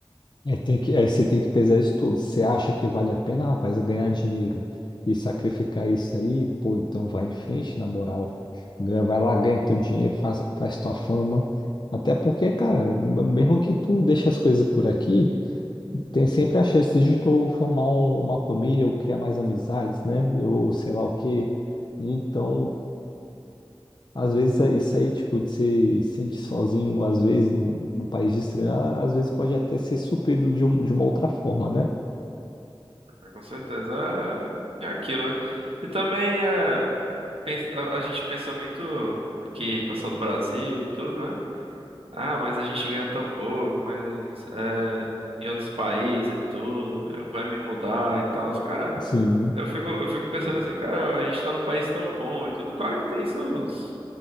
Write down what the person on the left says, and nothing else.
É, tem que, aí você tem que pesar isso tudo. Você acha que vale a pena, rapaz, ganhar dinheiro e sacrificar isso aí? Pô, então vai em frente, na moral. Ganha- Vai lá, ganha teu dinheiro, faz, faz tua fama. Até porque, cara, m- mesmo que tu deixe as coisas por aqui, tem sempre a chance de tu formar um- uma família ou criar mais amizades, né? Ou sei lá o quê. Então, às vezes, é isso aí, tipo, de se sentir sozinho, às vezes, num, num país estranho, a- às vezes pode até ser suprido de, um- de uma outra forma, né?
Sim,